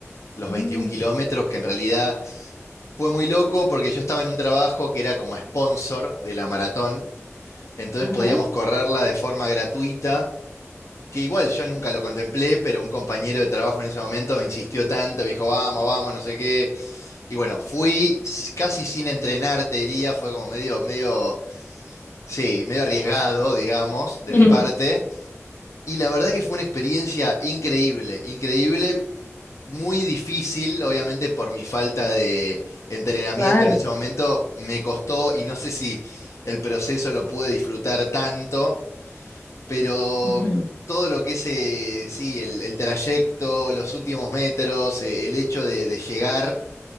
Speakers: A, on the left; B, on the left.
A: los
B: Mm,
A: 21 kilómetros, que en realidad Fue muy loco porque yo estaba en un trabajo que era como sponsor de la maratón, entonces
B: Ajá.
A: podíamos correrla de forma gratuita, que igual yo nunca lo contemplé, pero un compañero de trabajo en ese momento me insistió tanto, me dijo, vamos, vamos, no sé qué. Y bueno, fui s- casi sin entrenar, te diría, fue como medio, medio, sí, medio arriesgado, digamos, de
B: <laughs>
A: mi parte, y la verdad que fue una experiencia increíble, increíble, muy difícil, obviamente por mi falta de entrenamiento
B: Claro.
A: en ese momento, me costó y no sé si el proceso lo pude disfrutar tanto, pero
B: Ujú,
A: todo lo que es, eh, sí, el, el trayecto, los últimos metros, eh, el hecho de, de llegar